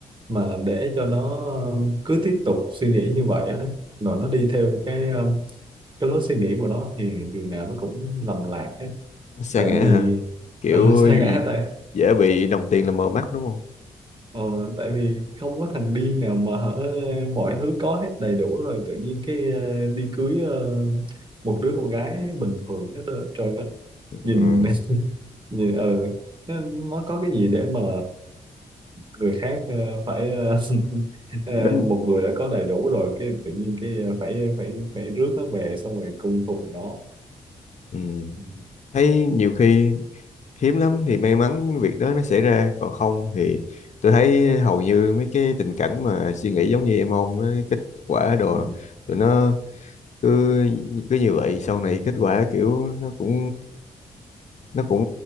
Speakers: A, on the right (about 35°); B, on the left (about 55°).
A: mà để cho nó ờ, cứ tiếp tục suy nghĩ như vậy á, rồi nó đi theo cái ờ, cái lối suy nghĩ của nó thì đường nào nó cũng lầm lạc hết
B: Nó sa
A: tại
B: ngã
A: vì
B: hả kiểu
A: ờ, <laughs> sai
B: gì-
A: ngã tại
B: dễ bị đồng tiền làm mờ mắt đúng không
A: Ờ, tại vì không có thằng điên nào mà hở mọi thứ có hết đầy đủ rồi tự nhiên cái ờ, đi cưới ờ, một đứa con gái bình thường hết đó, trời ơi
B: ừ.
A: nhìn <laughs> nhìn ờ nó, nó có cái gì để mà người khác ờ, phải ờ, <laughs>
B: đến
A: ờ, một người đã có đầy đủ rồi cái tự nhiên cái ờ, phải phải phải rước nó về xong rồi cung phụng nó
B: ừ.
A: ừ,
B: thấy nhiều khi hiếm lắm thì may mắn việc đó nó xảy ra còn không thì tôi thấy hầu như mấy cái tình cảnh mà suy nghĩ giống như em ông ấy, kết quả đồ
A: ừ,
B: tụi nó cứ cứ như vậy sau này kết quả kiểu nó cũng nó cũng